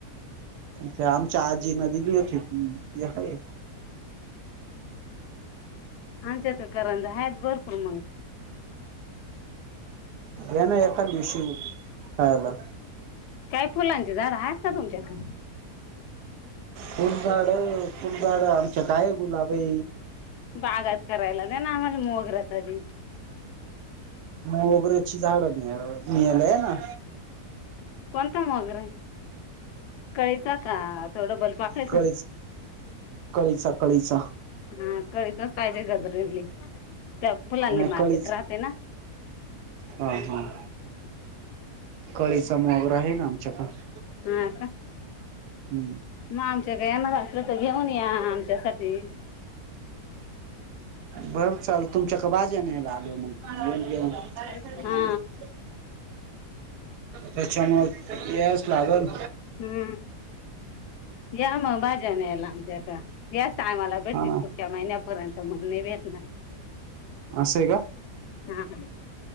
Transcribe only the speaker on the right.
पण त्या आमच्या आज्जी न दिली होती, ती हाये.
याना एखांद दिवशी, खयला.
फुलझाड-फुलझाड, आमच्याक् आहे गुलाबी
मोगऱ्याची झाडं, न्यायला ये ना.
कळीच कळीचा कळीचा
नाही
कळीच
हा हा कळीचा मोगरा आहे ना आमच्याकडे.
हम्म.
बर चाल तुमच्याकड भाज्या न्यायला आलो <unintelligible>
त्याच्यामूळं यायच लागलं.
ना
असंय